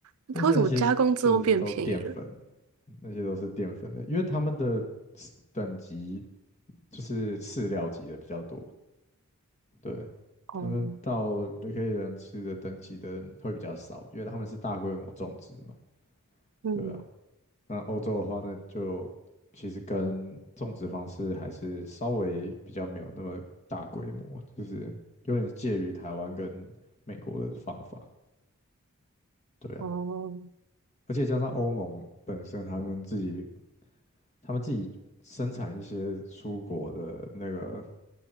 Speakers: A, on the right; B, on the left.
A: 那它为什么加工之后变便宜了？
B: 但是那些就是都淀粉，那些都是淀粉的，因为他们的 s- 等级就是饲料级的比较多，对，
A: 哦，
B: 他们到雷克利人吃的等级的会比较少，因为他们是大规模种植嘛。
A: 嗯，
B: 对啊，那欧洲的话呢，就其实跟种植方式还是稍微比较没有那么大规模，就是有点介于台湾跟美国的方法。对啊，
A: 哦。
B: 而且加上欧盟本身他们自己，他们自己生产一些蔬果的那个